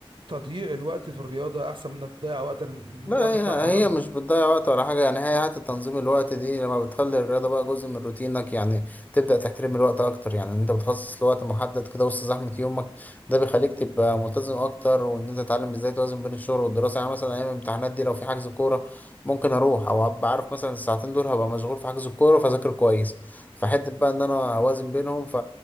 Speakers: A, on the right; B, on the left.
A: تضييع الوقت في الرياضة أحسن من إنك تضيع وقت
B: لا
A: وقتك
B: هي
A: راحة بقى
B: هي مش بتضيع وقت ولا حاجة يعني هي حتى تنظيم الوقت دي لما بتخلي الرياضة بقى جزء من روتينك يعني بتبدأ تحترم الوقت أكتر يعني إن أنت بتخصص لوقت محدد كده وسط زحمة يومك ده بيخليك تبقى ملتزم أكتر وإن أنت تتعلم إزاي توازن بين الشغل والدراسة يعني مثلا أيام الامتحانات دي لو في حجز كورة ممكن أروح أو أبقى عارف مثلا الساعتين دول هبقى مشغول في حجز الكورة فأذاكر كويس فحتة بقى إن أنا أوازن بينهم ف